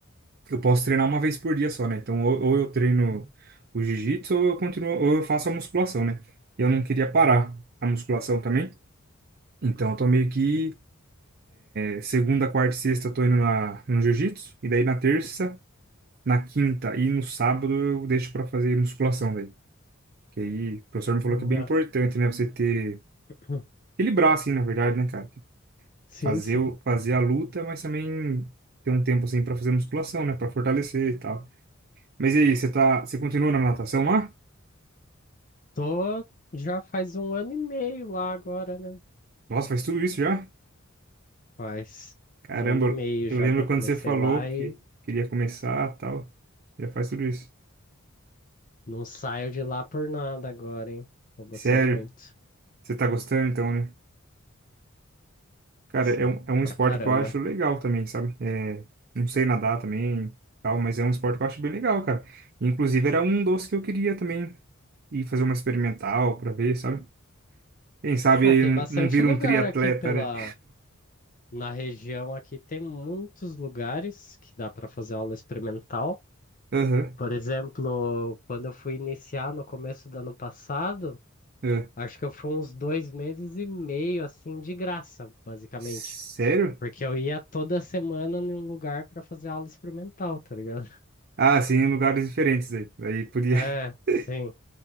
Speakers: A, on the right; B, on the left.
A: eu posso treinar uma vez por dia só, né? Então, ou, ou eu treino o jiu-jitsu, ou eu continuo, ou eu faço a musculação, né? E eu não queria parar a musculação também. Então, eu tô meio que é, segunda, quarta e sexta eu tô indo na, no jiu-jitsu, e daí na terça, na quinta e no sábado eu deixo pra fazer musculação, daí. Que aí o professor me falou
B: Boa.
A: que é bem importante, né? Você ter.
B: <laughs>
A: Equilibrar, assim, na verdade, né, cara? Tipo,
B: Sim,
A: Fazer,
B: sim.
A: o- fazer a luta, mas também ter um tempo, assim, pra fazer musculação, né? Pra fortalecer e tal. Mas e aí, você tá. Você continua na natação lá?
B: Tô já faz um ano e meio lá agora, né?
A: Nossa, faz tudo isso já?
B: Faz
A: Caramba,
B: um ano e meio
A: eu
B: já
A: lembro
B: que eu
A: quando
B: comecei
A: você falou
B: lá
A: que
B: e
A: queria começar e tal. Já faz tudo isso.
B: não saio de lá por nada agora, hein? Tô gostando
A: Sério,
B: muito.
A: você tá gostando então, né? Cara,
B: Sim,
A: é um, é um esporte
B: pra caramba.
A: que eu acho legal também, sabe? É, não sei nadar também, tal, mas é um esporte que eu acho bem legal, cara. Inclusive, era um dos que eu queria também e fazer uma experimental pra ver, sabe? Quem sabe
B: Ah,
A: ele
B: tem
A: n-
B: bastante
A: não vira
B: lugar
A: um triatleta,
B: aqui pela
A: né?
B: na região aqui tem muitos lugares que dá para fazer aula experimental.
A: <laughs> Aham.
B: Por exemplo, quando eu fui iniciar no começo do ano passado,
A: ah.
B: Acho que eu fui uns dois meses e meio, assim, de graça, basicamente.
A: Sério?
B: Porque eu ia toda semana em um lugar para fazer aula experimental, tá ligado? <laughs>
A: Ah, sim, em lugares diferentes aí. Aí podia.
B: É, sim.
A: <laughs>